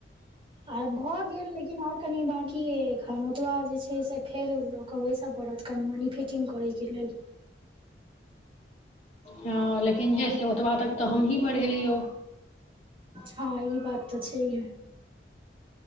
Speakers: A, on the right (about 30°); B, on the left (about 35°).
A: आर भऽ गेल लेकिन आओर कनि बाकी एखन ओतबा जे छै से फेर लोकबै बड़त कनि मनी फिटिंग करै के लेल
B: हँ लेकिन जे से ओतबा तक तऽ हमहीँ बढ़ेलियौ
A: हँ ई बात तऽ छै है